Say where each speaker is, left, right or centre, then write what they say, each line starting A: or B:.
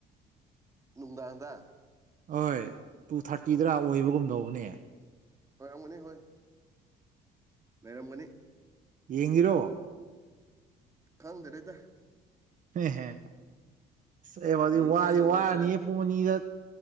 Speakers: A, on the right; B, on the right.
A: ꯅꯨꯡꯗꯥꯡꯗ
B: ꯍꯣꯏ ꯇꯨ ꯊꯥꯔꯇꯤꯗꯔ
A: ꯑꯣ
B: ꯑꯣꯏꯕꯒꯨꯝ ꯇꯧꯕꯅꯦ
A: ꯑꯣꯏꯔꯝꯒꯅꯤ ꯍꯣꯏ ꯂꯩꯔꯝꯒꯅꯤ
B: ꯌꯦꯡꯉꯤꯔꯣ
A: ꯈꯪꯗꯔꯦꯗ
B: ꯍꯍ ꯑꯩ ꯍ‌ꯣꯖꯤ
A: ꯌꯦꯡꯁꯤꯔ
B: ꯋꯥꯗꯤ
A: ꯌꯦꯡꯂꯣꯏꯁꯤꯔ
B: ꯋꯥꯔꯅꯤꯍ‌ꯦ ꯄꯨꯡ ꯑꯅꯤꯗ